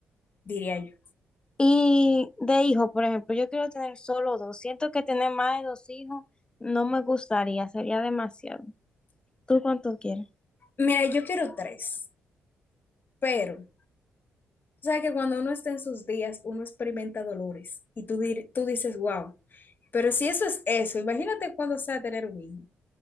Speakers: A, on the left (about 45°); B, on the left (about 20°).
A: diría yo.
B: Y de hijo, por ejemplo, yo quiero tener solo dos. Siento que tener más de dos hijos no me gustaría, sería demasiado. ¿Tú cuánto quieres?
A: Mira, yo quiero tres, pero... O sea que cuando uno está en sus días, uno experimenta dolores y tú, dir- tú dices, wow, pero si eso es eso, imagínate cuando sea tener un hijo.